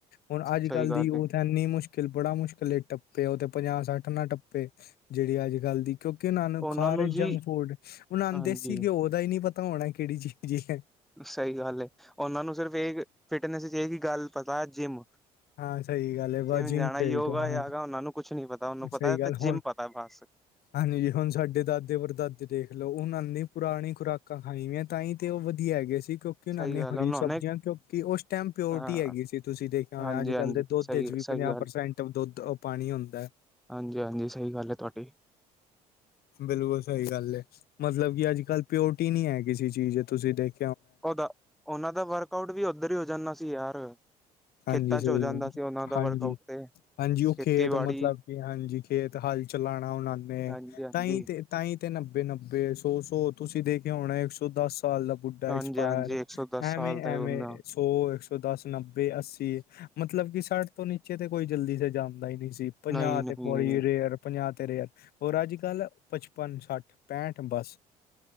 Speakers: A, on the left; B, in the centre.
A: ਹੁਨ ਅੱਜ
B: ਸਹੀ
A: ਕੱਲ
B: ਗੱਲ
A: ਦੀ
B: ਹੈ
A: ਐਨੀ ਮੁਸ਼ਕਿਲ, ਬੜਾ ਮੁਸ਼ਕਿਲ ਏ, ਟੱਪੇ ਓ ਤੇ ਪੰਜਾਹਸੱਠ ਨਾ ਟੱਪੇ, ਜੇੜੀ ਅੱਜ ਕੱਲ ਦੀ ਕਿਉਂਕੀ, ਓਨਾ ਨੂੰ
B: ਉਹਨਾਂ
A: ਖਾ ਰਹੇ ਜੰਕ
B: ਜੀ
A: ਫੁਡ ਓਨਾ
B: ਹਾਂਜੀ
A: ਦੇਸੀ ਘਿਓ ਦਾ ਈ ਨੀ ਪਤਾ ਹੋਣਾ, ਕੇੜੀ ਚੀਜ਼ ਏ
B: ਸਹੀ ਗੱਲ ਏ, ਓਨਾਂ ਨੂੰ ਸਿਰਫ ਏਕ ਫਿਟਨੈਸ ਚ ਏਹੀ ਗੱਲ ਪਤਾ, ਜਿੰਮ
A: ਹਾਂ ਸਹੀ ਗੱਲ ਹੈ ਬ
B: ਜਿੰਮ ਜਾਣਾ,
A: ਭੇਜਦਾ
B: ਯੋਗਾ-ਯਾਗਾ
A: ਹਾਂ
B: ਓਨਾਂ ਨੂੰ ਕੁਛ ਨੀ ਪਤਾ, ਓਨੂੰ ਪਤਾ
A: ਸਹੀ ਗੱਲ
B: ਤੇ ਜਿੰਮ
A: ਹੁਣ
B: ਪਤਾ ਬੱਸ।
A: ਹਾਂਜੀ, ਹੁਣ ਸਾਡੇ ਦਾਦੇ-ਪੜਦਾਦੇ ਦੇਖ ਲੋ ਹੁਣ, ਐਨੀ ਪੁਰਾਣੀ ਖੁਰਾਕਾਂ ਖਾਈ ਐੰ। ਤਾਂ ਈ ਤੇ ਓ, ਵਧੀਆ ਐਗੇ ਸੀ। ਕਿਉਂ ਕਿ
B: ਸਹੀ
A: ੳਨਾਂ ਨੇ
B: ਗੱਲ
A: ਹਰੀ
B: ਹੈ, ਉਹਨਾਂ
A: ਸਬਜ਼ੀਆਂ,
B: ਨੇ
A: ਕਿਉਂਕਿ ਓਸ ਟੈਮ ਪਿਓਰਟੀ
B: ਹਾਂ
A: ਹੈਗੀ ਸੀ, ਤੁਸੀਂ ਦੇਖ ਔਰ,
B: ਹਾਂਜੀ
A: ਅੱਜ-ਕੱਲ
B: ਹਾਂਜੀ
A: ਦੇ ਦੋਧ
B: ਸਹੀ
A: ਏਚ ਵੀ
B: ਸਹੀ
A: ਪੰਜਾ ਪ੍ਰਸੈਂਟ ਦੋਧ, ਓ ਪਾਣੀ ਹੁੰਦੈ।
B: ਆਂਜੀ, ਆਂਜੀ, ਸਹੀ ਗੱਲ ਐ ਤੁਆਡੀ।
A: ਬਿਲਕੁਲ ਸਈ ਗੱਲ ਏ, ਮਜਲਬ ਕਿ ਅੱਜ-ਕੱਲ ਪਿਓਰਟੀ ਨੀ ਐ ਕਿਸੇ ਚੀਜ਼, ਤੁਸੀਂ ਦੇਖ
B: ਓਦਾ, ਓਨਾਂ ਦਾ ਵਰਕ ਆਊਟ ਵੀ ਓਧਰ ਈ ਓ ਜਾਣਾ ਸੀ ਯਾਰ। ਖੇਤਾਂ
A: ਹਾਂਜੀ, ਸਈ
B: ਚ ਹੋ ਜਾਂਦਾ
A: ਗੱਲ ਐ,
B: ਸੀ ਉਹਨਾਂ ਦਾ
A: ਹਾਂਜੀ।
B: ਵਰਕਆਊਟ ਤੇ
A: ਹਾਂਜੀ, ਓ
B: ਖੇਤੀਬਾੜੀ
A: ਖੇਤ ਮਤਲਬ ਕਿ ਹਾਂਜੀ, ਖੇਤ ਹੱਲ ਚਲਾਣਾ ਓਨਾਂ ਨੇ,
B: ਹਾਂਜੀ ਹਾਂਜੀ
A: ਤਾਂ ਈ ਤੇ ਤਾ ਈ ਤੇ ਨੱਬੇ-ਨੱਬੇ, ਸੌ-ਸੌ ਤੁਸੀਂ ਦੇਖਿਆ ਹੋਣਾ, ਇੱਕ ਸੌ ਦਸ ਸਾਲ ਬੁੱਢਾ
B: ਹਾਂਜੀ
A: ਐਕਸਪਾਇਰ,
B: ਹਾਂਜੀ ਇੱਕ ਸੌ ਦਸ
A: ਐਵੇ,
B: ਸਾਲ ਤੇ
A: ਐਵੇ
B: ਉਹਨਾਂ
A: ਸੌ ਇੱਕ ਸੌ ਦਸ ਨ ਬੇ ਅੱਸੀ, ਮਤਲਬ ਕਿ ਸਾਠ ਤੋਂ ਨੀਚੇ ਤੇ, ਕੋਈ ਜਲਦੀ ਸੇ ਜਾਂਦਾ ਈ ਨੀ ਸੀ। ਪੰਜਾ,
B: ਨਹੀਂ ਨਹੀਂ
A: ਤੇ ਬੋੜੀ ਰੇਅਰ ਪੰਜਾ, ਤੇ ਰੇਯਰ ਔਰ ਅੱਜ-ਕੱਲ, ਪਚਪਨ, ਸਾਠ, ਪੈਂਠ, ਬੱਸ।